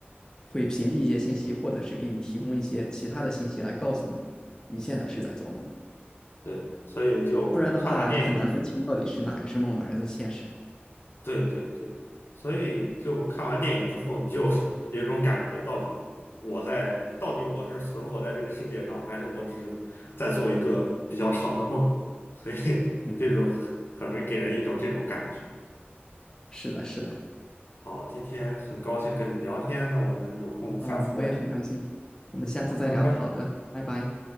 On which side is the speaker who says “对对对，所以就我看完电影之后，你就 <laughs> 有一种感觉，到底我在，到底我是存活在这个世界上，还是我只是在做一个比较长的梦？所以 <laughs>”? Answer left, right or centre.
Left